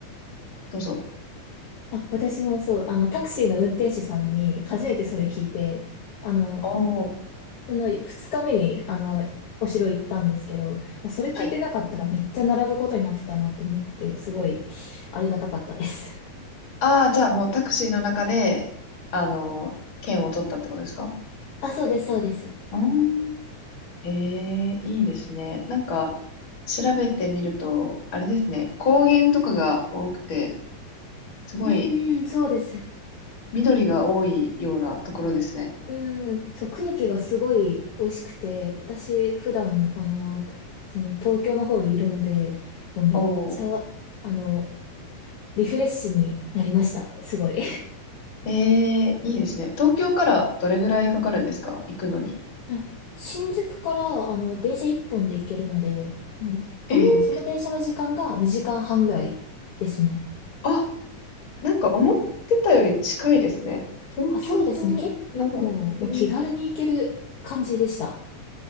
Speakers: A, on the left (about 40°); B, on the left (about 55°).
A: どうぞ。
B: あ、私もそう、あの、タクシーの運転手さんに初めてそれ聞いて、あの、
A: おー、
B: その2日目に、あの、お城行ったんですけど、あそれ聞いてなかったらめっちゃ並ぶことになってたなと思って、
A: はい。
B: すごいありがたかったです。
A: ああ、じゃあもうタクシーの中で、あの、券を取ったってことですか
B: あ、そうです、そうです。
A: うーん。ええ、いいですね。なんか、調べてみると、あれですね。高原とかが多くて、すごい
B: うんうん、そうです。
A: 緑が多いようなところですね。
B: うん、そう、空気がすごい美味しくて、私、普段、あの、その東京の方にいるので、もうめっちゃ、
A: おー。
B: あの、リフレッシュになりました。すごい。
A: ええいいですね。東京からどれぐらいかかるんですか行くのに。
B: あ新宿から、あの、電車一本で行けるので、うんあの、
A: ええ
B: その電車の時間が2時間半ぐらいですね。
A: あ、なんか思ってたより近いですね。東京と長野。
B: あ、そうですね。結構、
A: ええ
B: まあ、気軽に行ける感じでした。